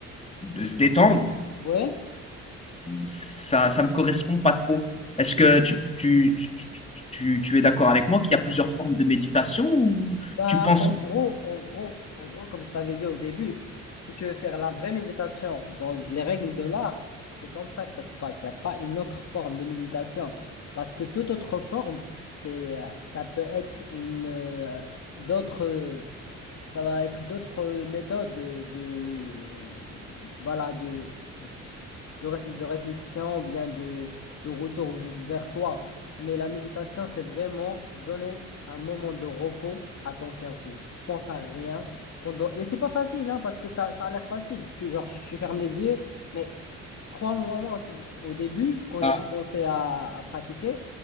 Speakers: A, on the left; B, on the left.
A: de se détendre,
B: Ouais.
A: ça ne me correspond pas trop. Est-ce que tu, tu, tu, tu tu es d'accord avec moi qu'il y a plusieurs formes de méditation ou
B: Ben,
A: tu penses
B: en
A: que
B: gros, en gros, en gros, comme je t'avais dit au début, si tu veux faire la vraie méditation dans les règles de l'art, c'est comme ça que ça se passe. Il n'y a pas une autre forme de méditation. Parce que toute autre forme, c'est, euh, ça peut être une, euh, d'autres, euh, ça va être d'autres méthodes de, de- voilà, de, de, réf- de réflexion ou bien de, de retour v- vers soi. Mais la méditation, c'est vraiment donner un moment de repos à ton cerveau. Pense à rien pendant... Mais c'est pas facile, hein, parce que t'as- ça a l'air facile. Tu, genre, tu fermes les yeux, mais crois-moi, moi, au tout- au début, quand
A: Ah,
B: j'ai commencé à, à pratiquer,